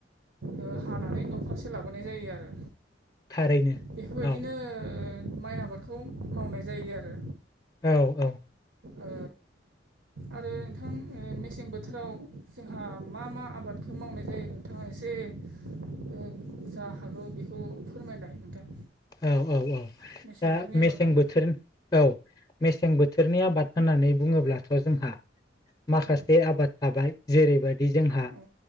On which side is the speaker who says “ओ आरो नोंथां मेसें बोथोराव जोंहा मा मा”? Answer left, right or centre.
Right